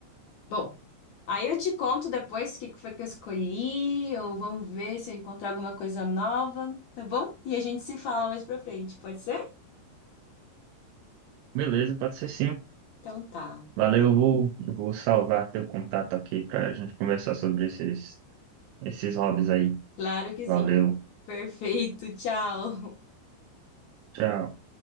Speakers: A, on the left; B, on the right.
A: Bom, aí eu te conto depois o que que foi que eu escolhi, ou vamos ver se eu encontro alguma coisa nova, tá bom? E a gente se fala mais pra frente, pode ser?
B: Beleza, pode ser sim.
A: Então tá.
B: Valeu, eu vou, eu vou salvar teu contato aqui pra gente conversar sobre esses, esses hobbies aí.
A: Claro que
B: Valeu,
A: sim. Perfeito, tchau.
B: tchau.